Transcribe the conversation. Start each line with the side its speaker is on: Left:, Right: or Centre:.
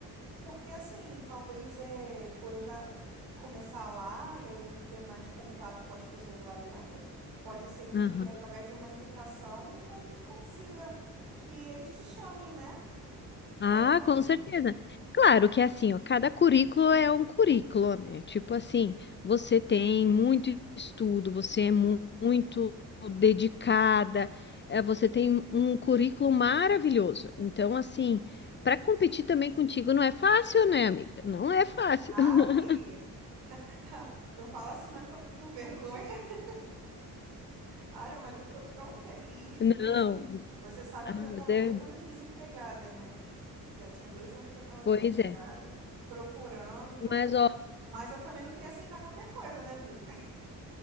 Right: porque assim, talvez é por eu já começar lá e aí eu vou ter mais contato com as pessoas lá dentro, pode ser que
Left: Aham.
Right: através de uma indicação a gente consiga que eles te chamem, né?
Left: Ah,
Right: Vai saber.
Left: com certeza. Claro que é assim, ó, cada currículo é um currículo, né? Tipo assim, você tem muito estudo, você é mu- muito dedicada, eh, você tem um currículo maravilhoso. Então, assim, para competir também contigo não é fácil, né, amiga? Não é fácil.
Right: Ave!
Left: <laughs>
Right: <laughs> Não fala assim não que eu fico com vergonha. <laughs> Olha, mas eu tô tão feliz, porque
Left: Não.
Right: assim, você sabe
Left: Ah,
Right: que eu já estava
Left: mas é,
Right: dois anos desempregada, né? Já tinha dois anos que eu estava
Left: pois
Right: desempregada,
Left: é.
Right: procurando, procurando.
Left: Mas ó,
Right: Mas eu também não queria aceitar qualquer coisa, né, Vi? <laughs>